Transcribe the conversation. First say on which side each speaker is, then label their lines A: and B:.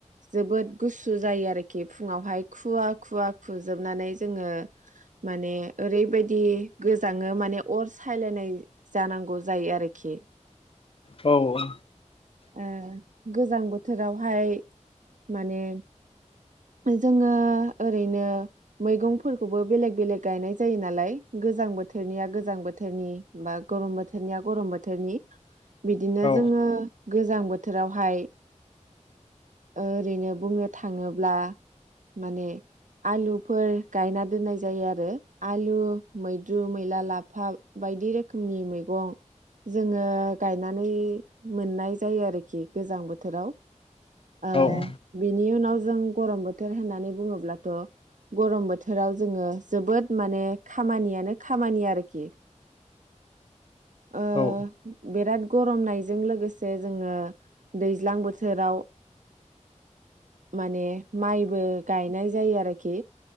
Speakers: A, on the right; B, on the left.
A: जोबोद गुसु जायो आरोखि फुङावहाय खुवा खुवा खुजोबनानै जोंङो माने ओरैबायदि गोजाङो माने अर सायलायनाय जानांगौ जायो आरोखि
B: औ ।
A: ओ गोजां बोथोरावहाय माने जोङो । ओरैनो मैगंफोरखौबो बेलेग बेलेग गायनाय जायो नालाय गोजां बोथोरनिया गोजां बोथोरनि बा गरम बोथोरनिया गरम बोथोरनि । बिदिनो
B: औ
A: जोङो गोजां बोथोरावहाय ओरैनो बुंनो थाङोब्ला माने आलुफोर गायना दोननाय जायो आरो आलु मैद्रु मैला लाफा बायदि रोखोमनि मैगं जोङो गायनानै मोननाय जायो आरोखि गोजां बोथोराव ओ
B: औ
A: बेनि उनाव जों गरम बोथोर होननानै बुङोब्ला। थ गरम बोथोराव जोङो जोबोद माने खामानियानो खामानि आरोखि । ओ
B: औ
A: बिराद गरमनायजों लोगोसे जोङो दैज्लां बोथोराव माने माइबो गायनाय जायो आरोखि